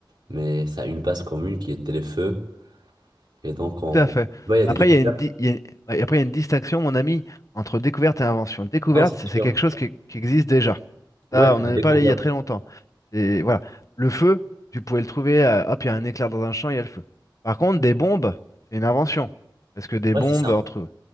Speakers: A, on the right (about 60°); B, on the left (about 40°).
A: Mais ça a une base commune qui était les feux. Et donc, on...
B: Tout à fait.
A: ouais, il y a des
B: Après,
A: découvertes.
B: il y a une, di- il y a- ouais, après, il y a une distinction, mon ami, entre découverte et invention. Découverte,
A: Non, c'est
B: c'est
A: sûr.
B: c'est quelque chose qui, qui existe déjà.
A: Ouais,
B: Ça,
A: qu'on
B: on en a
A: a découvert.
B: parlé il y a très longtemps. Et voilà. Le feu, tu pouvais le trouver, euh, hop, il y a un éclair dans un champ, il y a le feu. Par contre, des bombes, c'est une invention. Parce que des
A: Ouais,
B: bombes,
A: c'est ça.
B: entre...